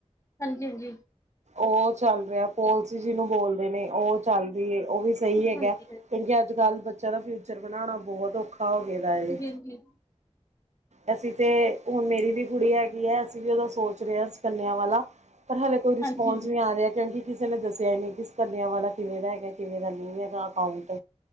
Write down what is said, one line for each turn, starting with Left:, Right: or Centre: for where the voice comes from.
Left: ਹਾਂਜੀ ਹਾਂਜੀ
Right: ਉਹ ਚੱਲ ਰਿਹਾ ਪੋਲਸੀ ਜਿਹਨੂੰ ਬੋਲਦੇ ਨੇ ਉਹ ਚੱਲਦੀ ਹੈ ਉਹ ਵੀ ਸਹੀ ਹੈਗਾ
Left: ਹਾਂਜੀ ਹਾਂਜੀ ਹਾਂਜੀ
Right: ਕਿਉਂਕਿ ਅੱਜ ਕੱਲ ਬ ਦਾ ਫਿਊਚਰ ਬਣਾਉਣਾ ਬਹੁਤ ਔਖਾ ਹੋ ਗੇ ਦਾ ਏ
Left: ਹਾਂਜੀ ਹਾਂਜੀ
Right: ਅਸੀਂ ਤੇ ਹੁਣ ਮੇਰੀ ਵੀ ਕੁੜੀ ਹੈਗੀ ਹੈ ਅਸੀਂ ਵੀ ਉਹਦਾ ਸੋਚ ਰਹੇ ਹਾਂ ਸੁ ਕੰਨਿਆਂ ਵਾਲਾ ਪਰ ਹਲੇੇ
Left: ਹਾਂਜੀ
Right: ਫੋਨ ਜੀਵੇ ਆ ਜਾਏ ਕਿਉਂਕਿ ਕਿਸੇ ਨੇ ਦੱਸਿਆ ਇਹ ਨੇ ਕਿਸ ਕਰੱਲਿਆਂ ਵਾਲਾ ਕਿਵੇਂ ਦਾ ਹੈਗਾ ਕਿਵੇਂ ਦਾ ਨਹੀਂ ਹੈਗਾ ਅਕਾਉਂਟ